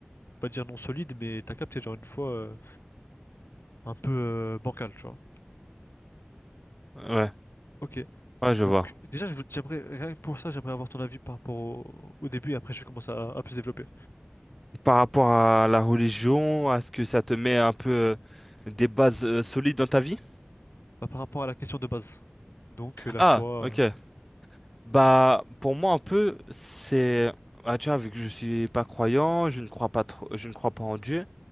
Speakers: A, on the left; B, in the centre.
A: pas dire non solide, mais t'as capté, genre une foi euh, un peu euh, bancale, tu vois.
B: ouais,
A: Ok.
B: ouais, je
A: Donc,
B: vois.
A: déjà, je vous- j'aimerais, rien que pour ça, j'aimerais avoir ton avis par rapport au, au début et après, je vais commencer à à plus développer.
B: Par rapport à la religion, est-ce que ça te met un peu euh, des bases euh, solides dans ta vie?
A: Bah, par rapport à la question de base. Donc, euh, la
B: Ah,
A: foi,
B: ok, Bah, pour moi, un peu, c'est. Ah, tu vois, vu que je suis pas croyant, je ne crois pas trop, je ne crois pas en Dieu.